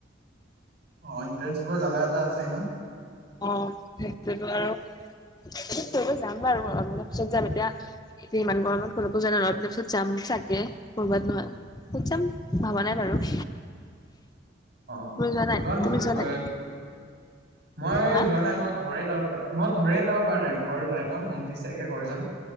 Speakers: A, on the right; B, on the left.
A: অ ইণ্টাৰ্ণশ্বিপৰ জ্বালা এটা আছে ন।
B: অ সেইটোয়েইটো আৰু। ফুৰিব যাম বাৰু অলপ দিনৰ পিছত যাম, এতিয়া এতিয়া ইমান গৰমত ক'লৈকো যোৱা নাই অলপ দিনৰ পিছত যাম। চাগে কৰ'বাত নহয় ক'ত চাম ভবা নাই বাৰু।
A: অ
B: তুমি যোৱা নাই
A: অলন
B: তুমি
A: ফুৰিব
B: যোৱা নাই
A: মই
B: হা
A: যোৱা নাই মই ঘৰে যাব প মই ঘৰে যাব পৰা নাই ঘৰ যাই লওঁ উনত্ৰিশ তাৰিখে ঘৰ যাম।